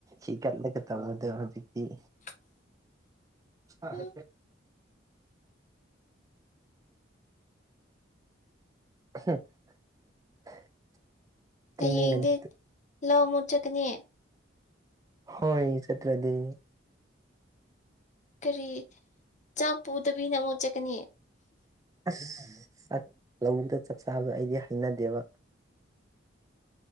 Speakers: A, on the right; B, on the left.
A: ꯍꯤ ꯀꯠꯂꯒ ꯇꯧꯕꯗꯣ ꯍꯧꯖꯤꯛꯇꯤ
B: <unintelligible>
A: ꯑ
B: ꯎꯝ
A: ꯍ <unintelligible> ꯇꯨꯝꯅꯤꯡꯒꯅꯤ
B: ꯍꯌꯦꯡꯗꯤ ꯂꯥꯎ ꯑꯃꯣꯠ ꯆꯠꯀꯅꯤ
A: ꯍꯣꯏ ꯆꯠꯇ꯭ꯔꯗꯤ
B: ꯀꯔꯤ ꯆꯥꯛ ꯄꯨꯗꯕꯤꯅ ꯑꯃꯨꯛ ꯆꯠꯀꯅꯤ
A: ꯑꯁ ꯆꯥꯛ ꯂꯧꯗ ꯆꯥꯛ ꯆꯥꯕꯗ ꯑꯩꯗꯤ ꯍꯩꯅꯗꯦꯕ